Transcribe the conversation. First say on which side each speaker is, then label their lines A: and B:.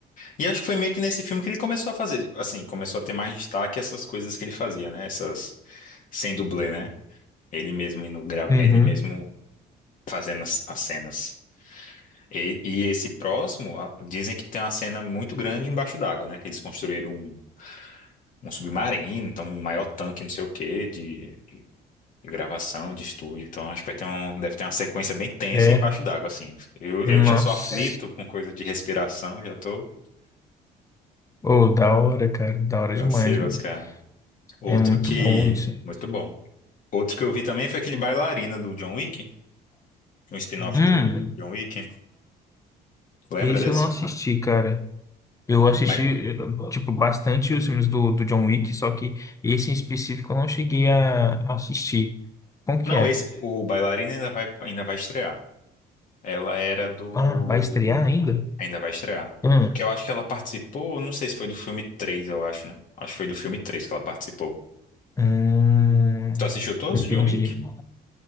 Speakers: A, on the left; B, on the left.
A: E acho que foi meio que nesse filme que ele começou a fazer, assim, começou a ter mais destaque essas coisas que ele fazia, né? Essas sem dublê, né? Ele mesmo indo gra...
B: Uhum.
A: ele mesmo fazendo as, as cenas. E, e esse próximo, a- dizem que tem uma cena muito grande embaixo d'água, né? Que eles construíram um, um submarino, então um maior tanque, não sei o quê, de de gravação, de estúdio. Então acho que vai ter um, deve ter uma sequência bem tensa
B: É.
A: embaixo d'água, assim. Eu, eu
B: Nossa.
A: já sou aflito com coisa de respiração, já tô
B: Ô, da hora, cara. Da hora demais,
A: ansioso,
B: mano.
A: cara. Outro
B: É muito
A: que.
B: bom isso.
A: Muito bom. Outro que eu vi também foi aquele Bailarina do John Wick, um spin-off
B: Hum,
A: do John Wick. Lembra
B: esse
A: desse?
B: eu não assisti, cara. Eu assisti,
A: Mas
B: eh, tipo, bastante os filmes do, do John Wick, só que esse em específico eu não cheguei a a assistir. Como que
A: não,
B: é?
A: esse, o Bailarina ainda vai, ainda vai estrear. Ela era do.
B: Ah, vai estrear ainda?
A: Ainda vai estrear.
B: Hum,
A: Porque eu acho que ela participou, não sei se foi do filme 3, eu acho, né? Acho que foi do filme 3 que ela participou.
B: hum,
A: Tu assistiu todos,
B: entendi.
A: John Wick?